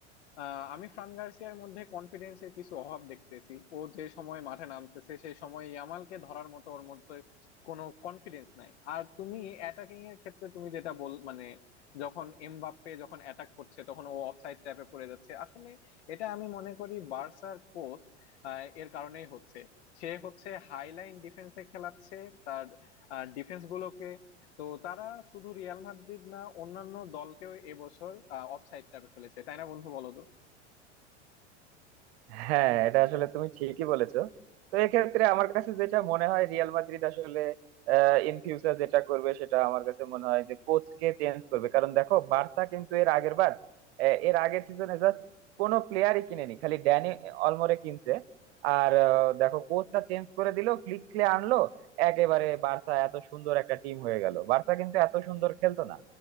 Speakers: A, on the left; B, on the right.
A: আহ, আমি ফ্রান গার্সিয়ার মধ্যে কনফিডেন্সের কিছু অভাব দেখতেছি ও যে সময় মাঠে নামতেছে সেই সময় ইয়ামালকে ধরার মতো ওর মধ্যে কোনো কনফিডেন্স নাই আর তুমি অ্যাটাকিং এর ক্ষেত্রে তুমি যেটা বল মানে যখন এমবাপ্পে যখন অ্যাটাক করছে তখন ও অফসাইড ট্র্যাপে পড়ে যাচ্ছে আসলে এটা আমি মনে করি বার্সার কোচ এর কারণেই হচ্ছে সে হচ্ছে হাইলাইন ডিফেন্সে খেলাচ্ছে তার ডিফেন্স গুলোকে তো তারা শুধু রিয়াল মাদ্রিদ না অন্যান্য দলকেও এবছর অফসাইড ট্র্যাপে ফেলেছে তাই না বন্ধু বলো তো
B: হ্যাঁ এটা আসলে তুমি ঠিকই বলেছো তো এক্ষেত্রে আমার কাছে যেটা মনে হয় রিয়াল মাদ্রিদ আসলে ইন ফিউচার যেটা করবে সেটা আমার কাছে মনে হয় যে কোচকে চেঞ্জ করবে কারণ দেখো বার্সা কিন্তু এর আগের বার আহ, এর আগের সিজনে জাস্ট কোনো প্লেয়ারই কিনেনি খালি ড্যানি অলমোরে কিনছে আর আহ, দেখো কোচটা চেঞ্জ করে দিল ফ্লিক ক্লে আনলো একেবারে বার্সা এত সুন্দর একটা টিম হয়ে গেল বার্সা কিন্তু এত সুন্দর খেলতো না